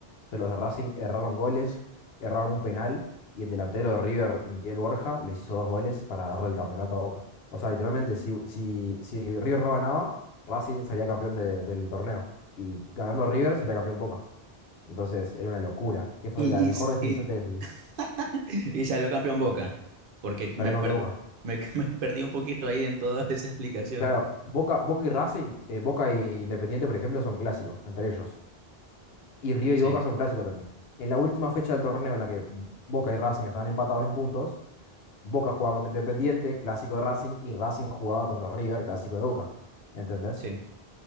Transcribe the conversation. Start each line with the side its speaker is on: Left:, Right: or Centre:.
Left: Pero los de Racing erraron goles, erraron un penal y el delantero de River, Miguel Borja, les hizo dos goles para darle el campeonato a Boca. O sea, literalmente, si, si, si River no ganaba, Racing salía campeón de- del torneo. Y ganando River, salía campeón Boca. Entonces, era una locura, que fue
Right: Y,
Left: la mejor
Right: y, s-
Left: definición
Right: y,
Left: del,
Right: <laughs> y salió campeón Boca, porque me,
Left: Salió
Right: per-
Left: campeón Boca.
Right: me, <laughs> me perdí un poquito ahí en toda <laughs> esa explicación.
Left: Claro, Boca, Boca y Racing, eh, Boca e Independiente, por ejemplo, son clásicos entre ellos. Y River
Right: Sí,
Left: y Boca son clásicos también. En la última fecha del torneo en la que Boca y Racing estaban empatados en puntos, Boca jugaba contra Independiente, clásico de Racing, y Racing jugaba contra River, clásico de Boca. ¿Entendés?
Right: sí,